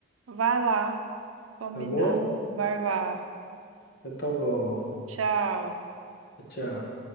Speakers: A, on the right (about 85°); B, on the left (about 50°).
A: Vai lá, combinar.
B: tá bom?
A: Vai lá.
B: Então tá bom.
A: Tchau.
B: Tchau.